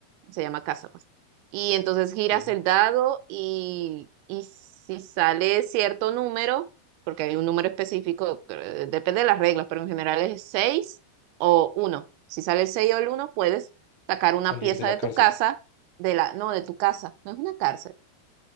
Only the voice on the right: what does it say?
se llama casa, pues. Y entonces giras
el dado y, y si sale cierto número, porque hay un número específico, eh, depende de las reglas, pero en general es seis o uno. Si sale el 6 o el uno puedes sacar una
pieza
de
tu casa, de la, no, de tu casa, no es una cárcel